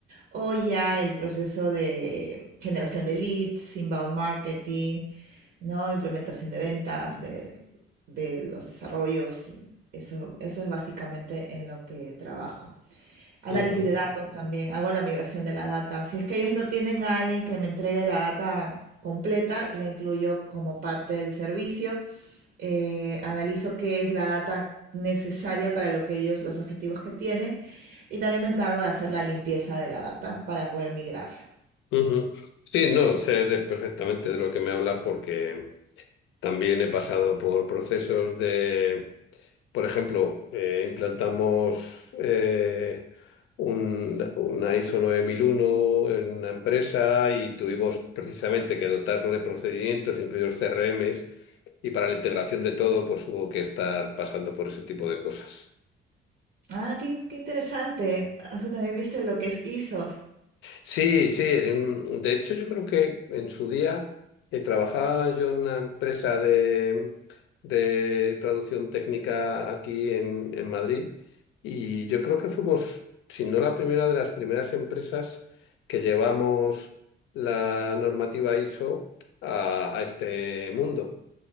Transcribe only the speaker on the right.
o ya el proceso de generación de leads, inbound marketing, ¿no? Implementación de ventas, de, de los desarrollos y eso, eso es básicamente en lo que trabajo. Análisis
de datos también, hago la migración de la data. Si es que ellos no tienen a alguien que me entregue la data completa, la incluyo como parte del servicio. Eh, analizo qué es la data necesaria para lo que ellos, los objetivos que tienen, y también me encargo de hacer la limpieza de la data para poder migrarla.
Ah, qué, in- qué interesante. O sea, también viste lo que es ISOs.